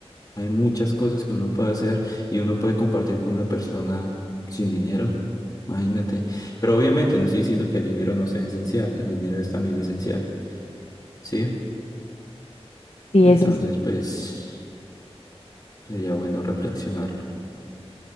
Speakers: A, on the left (about 35°); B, on the left (about 75°).
A: Hay muchas cosas que uno puede hacer y uno puede compartir con una persona sin dinero, imagínate. Pero obviamente no estoy diciendo que el dinero no sea esencial, el dinero es también esencial, ¿sí?
B: sí,
A: Entonces,
B: eso sí.
A: pues sería bueno reflexionarlo.